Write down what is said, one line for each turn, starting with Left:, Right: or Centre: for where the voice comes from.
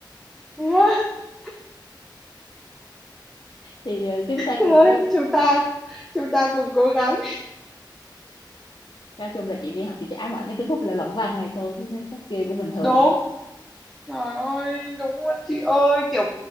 Centre: <laughs>
Left: thì ờ, chúng ta
Centre: Rồi,
Left: cùng cố
Centre: chúng ta chúng ta cùng cố gắng
Left: nói chung là chị đi học chị chỉ ám ảnh đến cái khúc là luận văn này thôi chứ mấy khúc kia cũng bình thường
Centre: đúng Trời ơi, đúng luôn chị ơi, kiểu